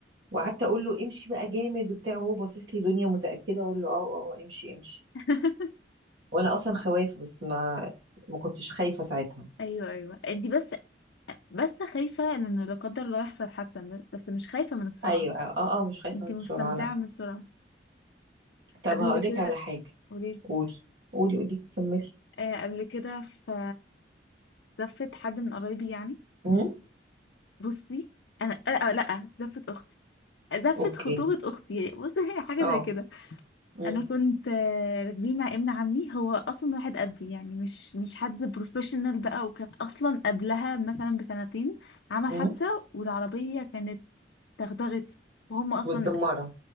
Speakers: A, on the right; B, on the left.
A: وقعدت اقول له امشي بقى جامد وبتاع وهو باصص لي دنيا متاكده اقول له اه اه آه، امشي امشي
B: <laughs>
A: وانا اصلا خوافه بس ما ما كنتش خايفه ساعتها
B: ايوه ايوه انتي بس بس خايفة ان لا قدر الله يحصل حادثة ب- بس مش خايفة من السرعة
A: ايوه اه اه آه، مش خايفه
B: انتي
A: من السرعه
B: مستمتعة
A: لا
B: من السرعة
A: طب
B: قبل
A: هقولك
B: كده
A: على حاجه
B: قوليلي
A: قولي قولي قولي كملي
B: آه قبل كده في زفت حد من قرايبي يعني
A: امم
B: بصي انا آه آه، لا زفت اختي زفت
A: اوكي
B: خطوبة اختي يعني بصي <laughs> حاجة
A: اه
B: زي كده
A: امم
B: انا كنت آه، راكبين مع ابن عمي هو اصلا واحد قدي يعني مش مش حد بروفيشنال بقى وكان اصلا قبلها مثلا بسنتين عمل
A: امم
B: حادثة والعربية كانت دغدغت وهم اصلا
A: متدمره